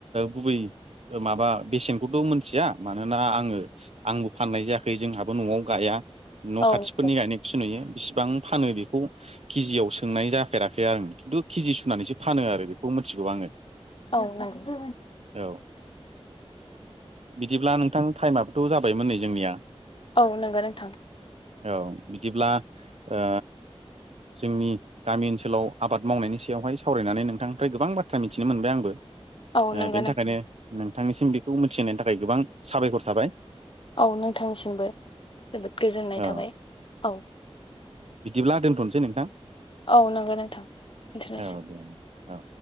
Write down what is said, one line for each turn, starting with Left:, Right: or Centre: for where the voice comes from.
Right: गुबै माबा बेसेनखौथ' मोनथिया मानोना आङो आंबो फाननाय जायाखै जोंहाबो न'आव गाया न'
Left: औ
Right: खाथिफोरनि गायनायखौसो नुयो। बिसिबां फानो बेखौ केजियाव सोंनाय जाफेराखै आरो खिन्थु केजि सुनानैसो फानो आरो बेखौ मिथिगौ आङो।
Left: औ नंगौ
Right: औ बिदिब्ला नों थां टाइमाबोथ' जाबायमोन नै जोंनिया
Left: औ नंगौ नोंथां
Right: औ बिदिब्ला ओ जोंनि गामि ओनसोलाव आबाद मावनायनि सायावहाय सावरायनानै नोंथांनिफ्राय गोबां बाथ्रा मिथिनो मोनबाय आंबो
Left: औ
Right: ओ
Left: नंगौ
Right: बेनि
Left: नोंथां
Right: थाखायनो नों थांनिसिम बेखौ मिथिहोनायनि थाखाय गोबां साबायखर थाबाय।
Left: औ नोंथांनिसिमबो जोबोद गोजोननाय
Right: औ
Left: थाबाय औ।
Right: बिदिब्ला दोनथ'नोसै नोंथां।
Left: औ नंगौ नोंथां दोनथ'नोसै।
Right: औ दे औ।